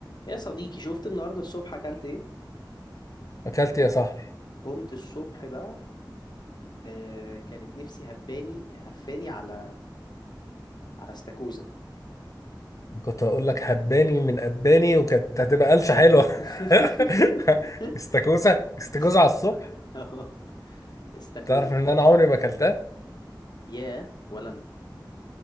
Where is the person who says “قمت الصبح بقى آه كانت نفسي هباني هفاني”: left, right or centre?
Left